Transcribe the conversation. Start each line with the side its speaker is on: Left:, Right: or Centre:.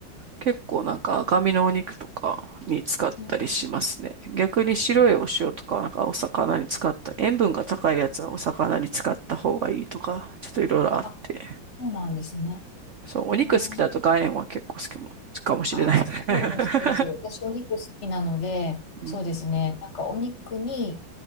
Right: 結構なんか赤身のお肉とかに使ったりしますね。
Left: うん
Right: 逆に白いお塩とかはなんかお魚に使った、
Left: うん
Right: 塩分が高いやつはお魚に使った方がいいとか、ちょっといろいろあって。
Left: あ、そうなんですね。
Right: そう、お肉好きだと岩塩は結構好きも、
Left: うん。
Right: かもしれない。
Left: あ、そそうです、
Right: <laughs>
Left: そうです。私、お肉好きなので、
Right: うん、
Left: そうですね。なんか、お肉に